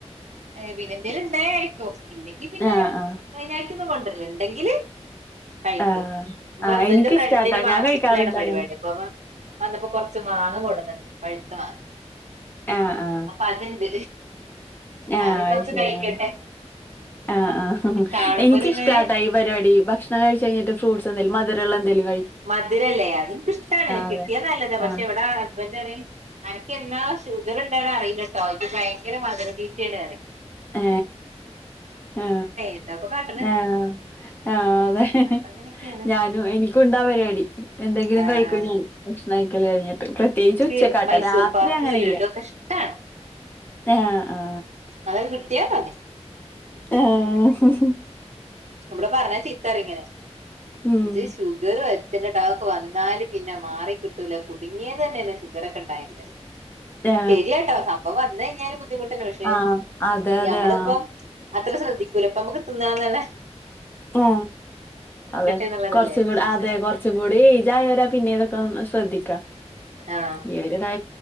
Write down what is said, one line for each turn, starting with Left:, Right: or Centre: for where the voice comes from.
Right: അ പിന്നെ ന്തൽമുണ്ടാകിൽ കഴിക്കും ഇല്ലെങ്കി പിന്നെ
Left: ആ ആ
Right: അയ്നായ്ട്ടൊന്നും കൊണ്ടല്ല ണ്ടെങ്കില് കഴിക്കും
Left: ആ ആ
Right: ഹസ്ബന്ന്ന്റെ
Left: എനിക്കിഷ്ടാട്ടാ
Right: ഫ്രണ്ടിന് മാർക്കറ്റിലാണ്
Left: ഞാൻ കഴിക്കാറുണ്ട്
Right: പരിപാടി
Left: അങ്ങനെ
Right: അപ്പ വന്നപ്പോ കുറ മാങ്ങ കൊടുന്നന്നീനി പഴുത്ത മാങ്ങ
Left: ആ ആ ആ
Right: അപ്പൊ അതണ്ട്.
Left: ആ
Right: അത് കൊറച്ച്
Left: ശരി
Right: കഴിക്കട്ടെ.
Left: ആ ആ ആ
Right: കാണുമ്പോല്
Left: എനക്കിഷ്ടട്ടാ
Right: ഇങ്ങനെ
Left: ഈ പരിപാടി ഭക്ഷണം കഴിച്ചഴിഞ്ഞിട്ട് ഈ ഫ്രൂട്സ്ന്തെലും മധുരഉള്ളത് ന്തല്മ
Right: മധുരല്ലേ അത്നക്ക് ഷ്ടാണ്
Left: അതെ
Right: കിട്ടിയാ നല്ലതാ പക്ഷെ
Left: ആ
Right: വിടെ ഹസ്ബൻന്ററിയും അനക്കെന്നാ ഷുഗർ ണ്ട അറില്ലട്ടോ ഇജ്ജ് ഭയങ്കര മധുരത്തിറ്റിയാണറിം.
Left: ഹേ ആ
Right: എന്താപ്പൊ കാട്ടണ്
Left: ആ ആ അതെ
Right: അപ്പൊ അങ്ങനെയൊക്കെയാണ്
Left: ഞാനും എനിക്കുംണ്ടാ പരിപാടി. എന്തെങ്കിലും
Right: ആഹ്
Left: കഴിക്കും ഞാൻ ഭക്ഷണംയ്ക്കലഴിഞ്ഞിട്ട്. പ്രത്യേകിച്ച്
Right: എനിക്ക്
Left: ഉച്ചക്കാട്ട
Right: മൈസൂർ
Left: രാത്രി
Right: പാക്ക്
Left: അങ്ങനെയില്ല.
Right: ലഡു ഒക്കെ ഇഷ്ടാണ്
Left: ആഹ ആഹ
Right: അത് കിട്ടിയാ മതി
Left: ഹേ. <inaudible>
Right: ഇവിടെ പറഞ്ഞ ചീത്താറിങ്ങനെ
Left: ഉം
Right: ഇജ്ജ് ഷുഗർ അതൊക്കെ വന്നാല് പിന്നെ മാറി കിട്ടൂല കുടുങ്ങിതന്നെണ് ഷുഗർക്കെ ഉണ്ടായികയ്ഞ്ഞാൽ.
Left: ആ
Right: ശരിയാട്ടോ സംഭവം വന്നഴിഞ്ഞാൽ ബുദ്ധിമുട്ടന്നേ പക്ഷേ
Left: ആ അതെ അതെ
Right: ഞമ്മളിപ്പം.
Left: ആ
Right: അത്ര ശ്രദ്ധിക്കൂല ഇപ്പമുക്ക് തിന്നണം ന്ന് ളേ
Left: ആ.. അതെ
Right: എന്നുള്ളതല്ലേ
Left: കുറച്ചും കൂടി
Right: ചിന്ത
Left: അതെ കൊറച്ചും കൂടിഅജ് ആയവർആ പീന്നെതൊക്കെ ശ്രദ്ധിക്കാ
Right: ആഹ്
Left: ഈയൊരു ടൈ